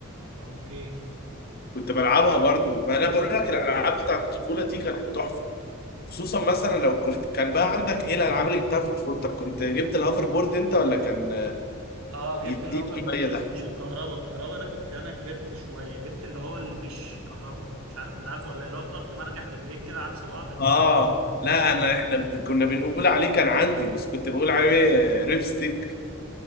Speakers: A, on the right; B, on the left.
A: اوكي
B: كنت
A: و...
B: بلعبها برضو ما انا بقول لك الالعاب بتاعت الطفوله دي كانت تحفه خصوصا مثلا لو كنت كان بقى عندك ايه الالعاب اللي جبتها في طفولتك كنت جبت الهوفر بورد انت ولا كان
A: اه جبت
B: جديد
A: الهوفر
B: شويه
A: بورد بس
B: ده
A: مش الكهرباء الكهرباء ده كنت انا كبرت شويه جبت اللي هو اللي مش كهرباء مش عارف انت عارفه ولا لا اللي هو بتقعد تمرجح رجليك كده عكس بعض ف
B: اه لا انا احنا بت- كنا بنقول عليه كان عندي بس كنت بقول عليه ريبستيك